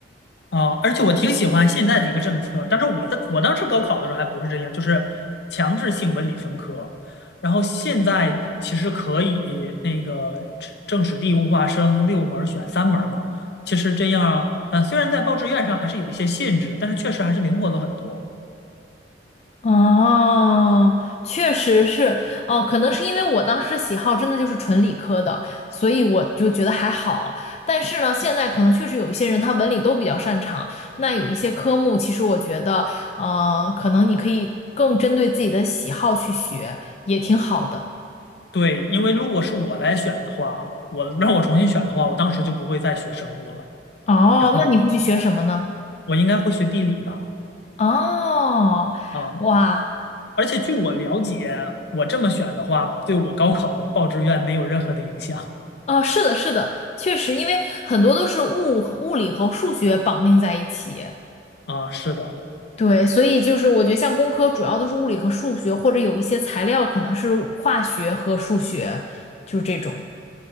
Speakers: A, on the left; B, on the left.
A: 啊，而且我挺喜欢现在的一个政策，但是我在我当时高考的时候还不是这样，就是强制性文理分科，然后现在其实可以那个政政史地物化生六门儿选三门儿嘛，其实这样，嗯，虽然在报志愿上还是有一些限制，但是确实还是灵活了很多。
B: 哦，确实是，哦，可能是因为我当时喜好真的就是纯理科的，所以我就觉得还好。但是呢，现在可能确实有一些人他文理都比较擅长，那有一些科目，其实我觉得，呃，可能你可以更针对自己的喜好去学，也挺好的。
A: 对，因为如果是我来选的话，我让我重新选的话，我当时就不会再学生物了，
B: 哦，
A: 然后
B: 那你会去学什么呢？
A: 我应该会学地理吧。
B: 哦，
A: 啊，
B: 哇，
A: 而且据我了解，我这么选的话，对我高考的报志愿没有任何的影响
B: 哦，是的，是的，确实，因为很多都是物和物理和数学绑定在一起。
A: 啊。是的，
B: 对，所以就是我觉得像工科主要都是物理和数学，或者有一些材料可能是化学和数学，就是这种。